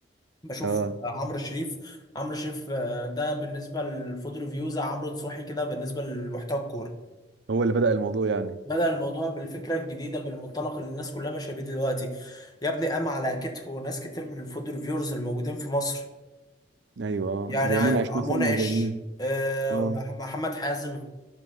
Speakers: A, on the left (about 20°); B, on the right (about 90°).
A: بشوف
B: اه
A: عمرو شريف عمرو شريف آه، ده بالنسبة للفود ريفيو زي عمرو نصوحي كده بالنسبة لمحتوى الكورة
B: هو اللي بدأ الموضوع يعني
A: بدأ الموضوع بالفكرة الجديدة بالمنطلق اللي الناس كلها ماشية بيه دلوقتي يا ابني قام على كتفه ناس كتير من الفود ريفيورز الموجودين في مصر
B: ايوه اه
A: يعني
B: زي
A: ع-
B: منعش مثلا
A: منعش
B: وزي مين
A: آه،
B: اه
A: مح- محمد حازم